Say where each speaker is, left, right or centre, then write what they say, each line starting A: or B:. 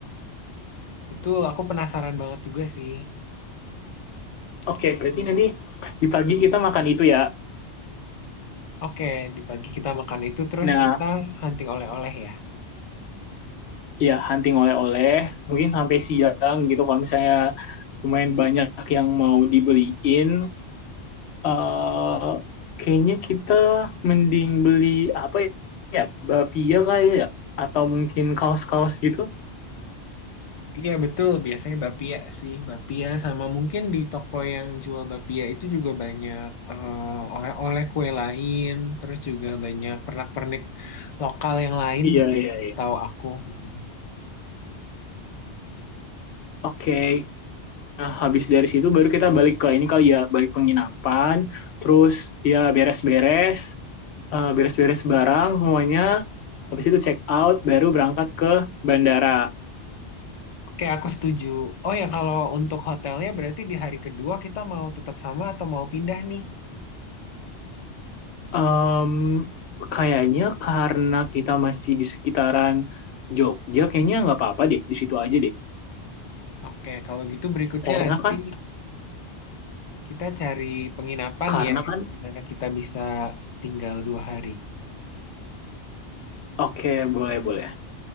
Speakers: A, on the left; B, on the left.
A: Betul, aku penasaran banget juga sih.
B: Oke, berarti nanti di pagi kita makan itu ya.
A: Oke, di pagi kita makan itu, terus
B: Nah,
A: kita hunting oleh-oleh ya.
B: ya hunting oleh-oleh, mungkin sampai siang gitu kalau misalnya lumayan banyak yang mau dibeliin. eh kayaknya kita mending beli apa ya? Bapia kali ya? Atau mungkin kaos-kaos gitu?
A: Iya betul, biasanya bapia sih, bapia sama mungkin di toko yang jual bapia itu juga banyak eh, oleh-oleh kue lain, terus juga banyak pernak-pernik lokal yang lain
B: Iya,
A: gitu
B: iya,
A: ya, Iya.
B: iya.
A: setahu aku. Mm-mm.
B: Oke. Nah, habis dari situ baru kita balik ke ini kali ya, balik penginapan, terus ya beres-beres, eh, beres-beres barang semuanya, habis itu check out, baru berangkat ke bandara.
A: Oke, aku setuju. Oh ya, kalau untuk hotelnya berarti di hari kedua kita mau tetap sama atau mau pindah nih?
B: Em, kayaknya karena kita masih di sekitaran Jogja, kayaknya nggak apa-apa deh, di situ aja deh.
A: Oke, kalau gitu berikutnya
B: Karena
A: nanti
B: kan,
A: kita cari penginapan
B: karena
A: ya, yang
B: kan,
A: dimana kita bisa tinggal dua hari.
B: oke boleh boleh.